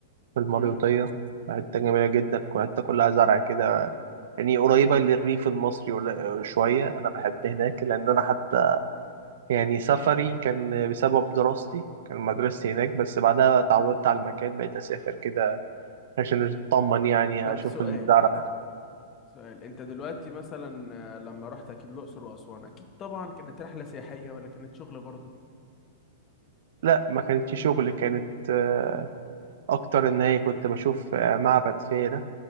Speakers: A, on the right; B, on the left.
A: في المريوطيه
B: امم
A: حته جميله جدا الحته كلها زرع كده يعني قريبة للريف المصري ولا شوية أنا بحب هناك
B: امم
A: لأن أنا حتى يعني سفري كان بسبب دراستي كان مدرستي هناك بس بعدها اتعودت على المكان بقيت أسافر كده عشان أطمن يعني
B: طب
A: أشوف
B: سؤال
A: الزرع
B: سؤال انت دلوقتي مثلا آه، لما رحت اكيد الاقصر واسوان اكيد طبعا كانت رحله سياحيه ولا كانت شغل برضو
A: لا ما كانتش شغل كانت آه، أكتر إن هي كنت بشوف آه، معبد فيلة